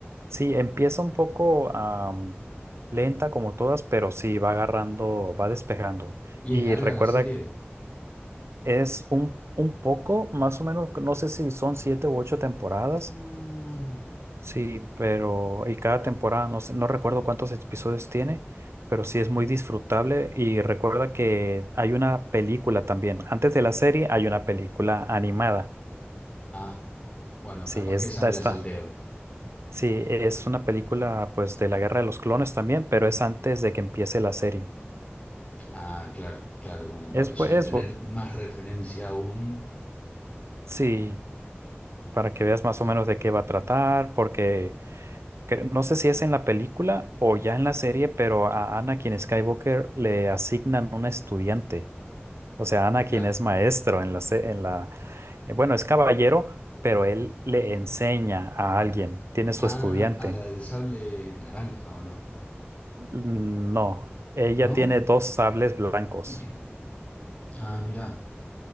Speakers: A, on the right (about 80°); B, on the left (about 20°).
A: sí, empieza un poco am, lenta como todas, pero sí, va agarrando, va despejando.
B: ¿Y
A: Y
B: es larga
A: recuerda,
B: la serie?
A: es un, un poco, más o menos, no sé si son siete u ocho temporadas.
B: Uh.
A: Sí, pero y cada temporada, no sé- no recuerdo cuántos episodios tiene, pero sí es muy disfrutable y recuerda que hay una película también. Antes de la serie hay una película animada.
B: Ah, bueno,
A: Sí,
B: capaz
A: esta
B: que esa me la
A: está.
B: salteo.
A: Sí, es una película pues de la Guerra de los Clones también, pero es antes de que empiece la serie.
B: Ah, claro, claro, como para
A: Es,
B: ya
A: bu-
B: tener
A: es bu-
B: más referencia aún.
A: sí, para que veas más o menos de qué va a tratar, porque cre- no sé si es en la película o ya en la serie, pero a Anakin Skywalker le asignan un estudiante. O sea, Anakin
B: Mirá.
A: es maestro en la, se- en la, eh, bueno, es caballero, pero él le enseña a alguien, tiene su
B: Ah,
A: estudiante.
B: a la del sable naranja, ¿o no?
A: Mm, No, ella
B: ¿No?
A: tiene dos sables blancos.
B: <clears throat> Ah, mirá.